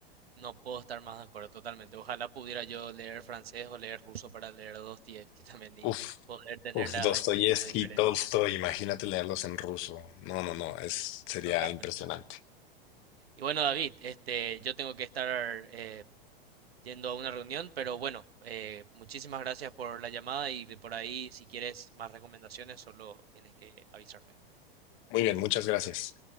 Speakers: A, on the right; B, on the left.
A: No puedo estar más de acuerdo totalmente. Ojalá pudiera yo leer francés o leer ruso para leer Dostoyevsky también y
B: Uf,
A: poder tener
B: uf,
A: la
B: Dostoyevsky,
A: experiencia diferente,
B: Tolstoy, imagínate leerlos en ruso. No, no, no, es, sería
A: totalmente.
B: impresionante.
A: Y bueno, David, este, yo tengo que estar eh, yendo a una reunión, pero bueno, eh, muchísimas gracias por la llamada y de por ahí, si quieres más recomendaciones, solo tienes que avisarme.
B: Muy bien, muchas gracias.